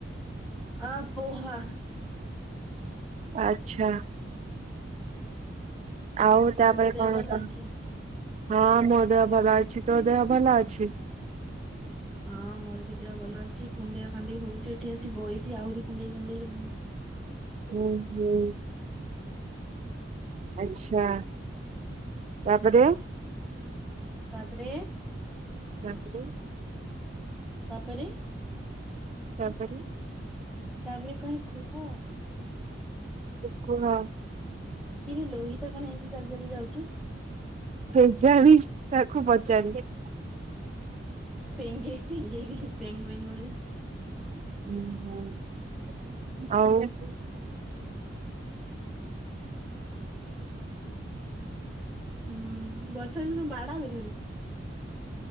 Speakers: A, in the centre; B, on the right.
A: ଆ ପୋହା
B: ଆଚ୍ଛା। ଆଉ ତାପରେ
A: ତୋ ଦେହ
B: କଣ
A: ଭଲ
B: କହ?
A: ଅଛି?
B: ହଁ ମୋ ଦେହ ଭଲ ଅଛି ତୋ ଦେହ ଭଲ ଅଛି?
A: ହଁ ମୋର ବି ଦେହ ଭଲ ଅଛି କୁଣ୍ଡିଆ କାଣ୍ଡି ହଉଛି ଏଠି ଆସି ବଇଛି ଆହୁରି କୁଣ୍ଡେଇ କାଣ୍ଡେଇ ହେଲିଣି
B: ଉଁ ହୁଁ।
A: <inaudible>
B: ଆଛା ତା ପରେ
A: ତାପରେ
B: ତାପରେ
A: ତାପରେ
B: ତାପରେ
A: ତାପରେ କଣ କୁହ?
B: କୁହ?
A: କିରେ ଲୋହିତା କଣ ଏମିତି ଚାଲି ଚାଲି ଯାଉଛି?
B: କେଯାଣି ତାକୁ ପଚାରିନି
A: ପେଙ୍ଗେଇ ପେଙ୍ଗେଇ ହିଁ ପେଙ୍ଗ୍ବିନ ଭଳିଆ
B: ହଁ ହଁ ଆଉ
A: <inaudible> ହୁଁ ବର୍ଷା ଦିନ କୁ ବାଡ଼େବେ ଧରିକି